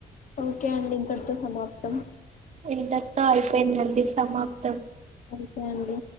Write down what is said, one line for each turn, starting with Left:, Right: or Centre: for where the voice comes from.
Left: ఓకే అండి ఇంతటితో సమాప్తం
Right: ఎంచక్కా అది ఏందండి సమాప్త్
Left: ఓకే అండి